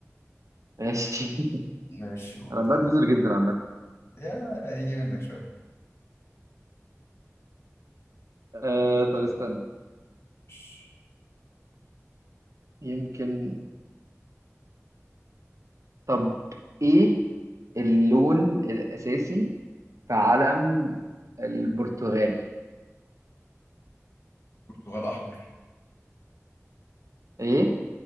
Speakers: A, on the right (about 75°); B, on the left (about 55°).
A: ماشي
B: ماشي
A: <laughs>
B: قول
A: انا
B: طيب
A: بدلزر جدا عامة
B: يا هيجي منك شوية
A: آه
B: قول
A: طب
B: طيب
A: استنى
B: يا ماشي.
A: يمكن طب ايه اللون الاساسي في علم البرتغال
B: برتغال أحمر
A: ايه